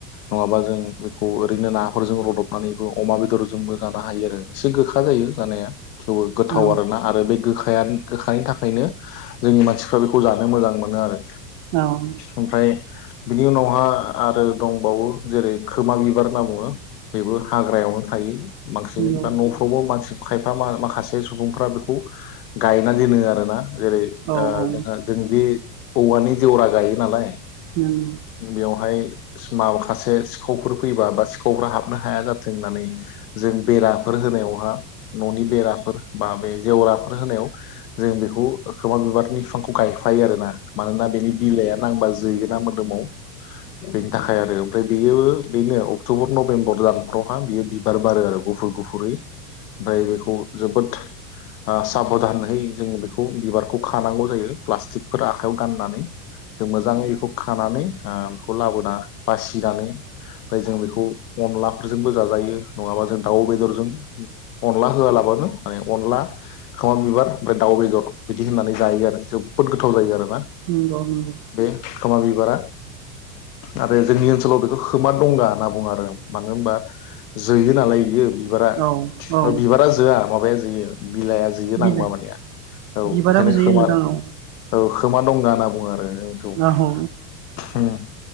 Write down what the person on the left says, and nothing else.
नङाबा जों बेखौ ओरैनो नाफोरजों रदबनानैबो अमा बेदरजोंबो जानो हायो आरो। एसे गोखा जायो जानाया थेवबो गोथाव
आरोना आरो बे गोखा फ्रायानो गोखानि थाखायनो जोंनि मानसिफ्रा बेखौ जानो मोजां मोनो आरो।
ओमफ्राय बिनि उनावहा आरो दंबावो जेरै खोमा बिबार होनना बुङो। बेबो हाग्रायावनो थायो माखासिनै
बा न' थवबो मानसि खायफा मा-माखासे सुबुंफ्रा बेखौ गायना दोनो आरोना जेरै ओ जोंहा
जों जि औवानि जेवरा गायो नालाय
बेवहाय माखासे सिखावफोर फैयोबा बा सिखावफोरा हाबनो हाया जाथों होननानै जों बेराफोर होनायावहा न'नि बेराफोर बा बे जेवराफोर होनायाव जों बेखौ खोमा बिबारनि बिफांखौ गायफायो आरोना। मानोना बेनि बिलाइआ नांबा जोगोना मोदोमाव बेनि थाखाय आरो ओमफ्राय बेयोबो बेनो अक्ट'बर नभेम्बर दानफोरावहा बियो बिबार बारो आरो गुफुर गुफुरै ओमफ्राय बेखौ जोबोद ओ साबधानहै जों बेखौ बिबारखौ खानांगौ जायो। प्लास्टिकफोर आखाइायाव गाननानै जों मोजाङै बेखौ खानानै ओ बेखौ लाबोना बासिनानै ओमफ्राय जों बेखौ अनलाफोरजोंबो जाजायो नङाबा जों दाउ बेदरजों अनला होआलाबानो माने अनला खोमा बिबार ओमफ्राय दाउ बेदर बिदि होननानै जायो आरो जोबोद गोथाव जायो आरो।
बे खोमा बिबारा आरो जोंनि ओनसोलाव बेखौ खोमा दंगा होनना बुङो आरो मानो होनबा जोयो नालाय बियो बिबारा
बिबारा जोआ माबाया जोयो बिलाइआ जो यो
नांबा मानेया औ
बेखायनो
खोमा
औ खोमा दंगा होनना बुङो आरो जों
बेखौ ओम